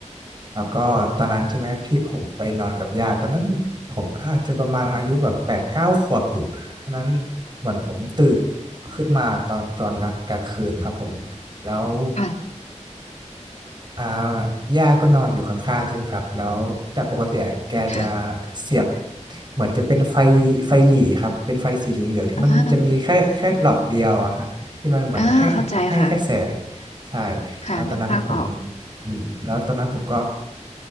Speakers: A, on the right (about 35°); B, on the left (about 65°).
A: แล้วก็ตอนนั้นใช่ไหมที่ผมไปนอนกับยาตตอนนั้นผมอาจจะประมาณอายุแบบแปดเก้าขวบอยู่ตอนนั้นเหมือนผมตื่นขึ้นมาตอนตอนกลางกลางคืนครับผมแล้ว
B: ค่ะ
A: อ่าย่าก็นอนอยู่ข้างๆใช่ไหมครับแล้วแต่ปกติอะแกจะ
B: ค่ะ
A: เสียบเหมือนจะเป็นไฟไฟหรี่ครับเป็นไฟสีเหลืองๆที่มันจะมีแค่แค่หลอดเดียวอะฮะที่มันเหมือนให้ให้แค่แสง
B: อ่าอ่าเข้าใจค่ะ
A: ใช่
B: ค่ะนึกภาพออก
A: แล้วตอนนั้นผมอืมแล้วตอนนั้นผมก็